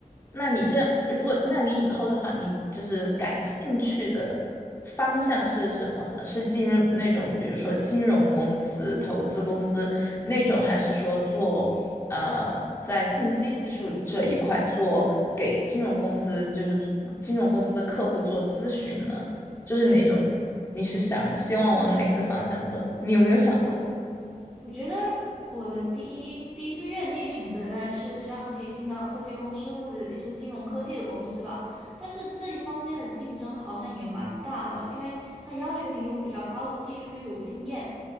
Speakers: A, on the left (about 15°); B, on the right (about 15°).
A: 那你这样，如果那你以后的话，你就是感兴趣的方向是什么呢？是进入那种比如说金融公司、投资公司那种，还是说做呃在信息技术这一块做给金融公司，就是金融公司的客户做咨询呢？就是哪种？你是想希望往哪个方向走？你有没有想过？
B: 我觉得我的第一第一志愿、第一选择当然是希望可以进到科技公司或者一些金融科技的公司吧。但是这一方面的竞争好像也蛮大的，因为它要求你有比较高的技术，就有经验。